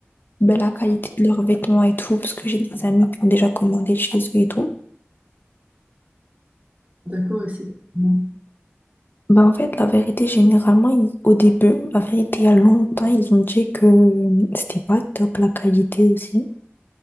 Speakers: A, on the left (about 50°); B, on the right (about 40°).
A: ben, la qualité de leurs vêtements et tout, parce que j'ai des amis qui ont déjà commandé de chez eux et tout.
B: D'accord, et c'est moi.
A: Ben, en fait, la vérité, généralement, ils- au début, la vérité, il y a longtemps, ils ont dit que euh, c'était pas top la qualité aussi.